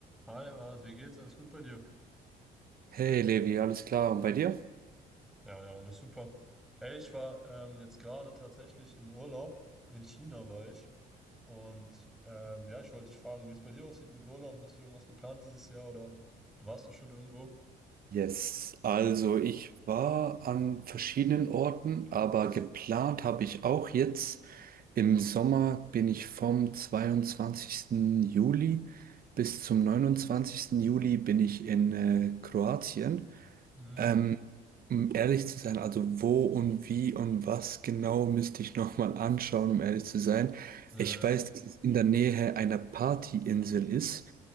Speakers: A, in the centre; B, on the right.
A: Hi Art, wie geht's? Alles gut bei dir?
B: Hey Levi, alles klar und bei dir?
A: Ja, ja, alles super. Ey, ich war ähm, jetzt gerade tatsächlich im Urlaub. In China war ich. Und ähm, ja, ich wollte dich fragen, wie es bei dir aussieht mit Urlauben. Hast du irgendwas geplant dieses Jahr oder warst du schon irgendwo?
B: Yes, Also ich war an verschiedenen Orten, aber geplant habe ich auch jetzt. Im Sommer bin ich vom 22. Juli bis zum 29. Juli bin ich in äh, Kroatien.
A: Hm,
B: Ähm, um ehrlich zu sein, also wo und wie und was genau müsste ich nochmal anschauen, um ehrlich zu sein.
A: ja, ja.
B: Ich weiß, dass es in der Nähe einer Partyinsel ist.